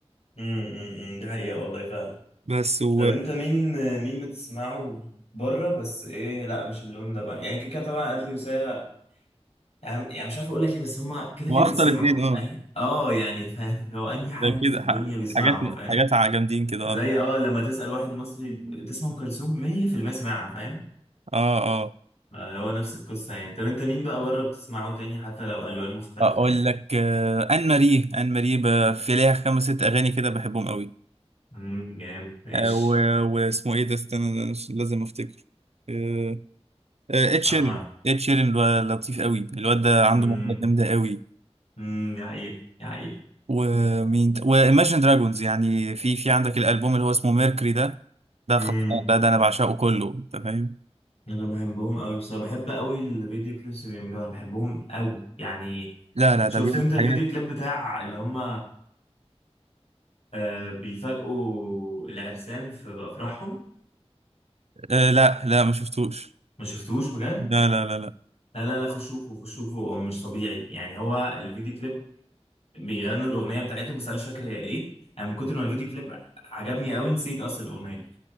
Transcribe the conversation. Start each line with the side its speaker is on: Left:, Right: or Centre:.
Left: امم أمم، أمم، دي حقيقة والله فعلا
Right: بس و...
Left: طب انت مين مين بتسمعه بره بس ايه لا مش اللون ده بقى يعني كده كده طبعا ادلي وسيا يعني يعني مش عارف اقول لك ايه بس هما كده كده
Right: واخطر
Left: بيتسمعوا
Right: اتنين اه
Left: اي اه يعني فاهم اللي هو اي حد
Right: ده كده
Left: في الدنيا
Right: ح-
Left: بيسمعهم
Right: حاجات
Left: فاهم
Right: حاجات ع- جامدين كده
Left: زي
Right: اه
Left: اه لما تسأل واحد مصري تسمع ام كلثوم 100% يسمعها فاهم
Right: اه آه.
Left: آه، هو نفس القصة يعني طب انت مين بقى بره بتسمعه تاني حتى لو ألوان مختلفة
Right: اقول
Left: يعني
Right: لك آه، ان ماري ان ماري ب- في ليها خمس ست اغاني كده بحبهم قوي
Left: امم جامد ماشي
Right: آه، و- واسمه ايه ده استنى أنا مش- لازم افتكر آه، آه، ed شيرين
Left: انا معاك
Right: ed شيرين الو- لطيف قوي الواد ده عنده
Left: امم
Right: موهبه جامده قوي
Left: امم دي حقيقة دي حقيقة
Right: ومين ت- وايماجن دراجونز يعني في في عندك الالبوم اللي هو اسمه ميركوري ده ده
Left: امم
Right: خلصان ده ده انا بعشقه كله انت فاهم
Left: انا بحبهم قوي بصراحة بحب قوي الفيديو كليبس اللي بيعملوها بحبهم قوي يعني
Right: لا لا
Left: شفت
Right: ده بيعمل
Left: انت الفيديو
Right: حاجات
Left: كليب بتاع اللي هم آه بيفاجئوا العرسان في افراحهم
Right: آه، لا لا ما شفتوش
Left: ما شفتوش بجد
Right: لا لا لا لا
Left: لا لا لا خشوفه خشوفه هو مش طبيعي يعني هو الفيديو كليب بيغنوا الاغنيه بتاعتهم بس انا مش فاكر هي ايه انا من كتر ما الفيديو كليب عجبني قوي نسيت اصلا الاغنيه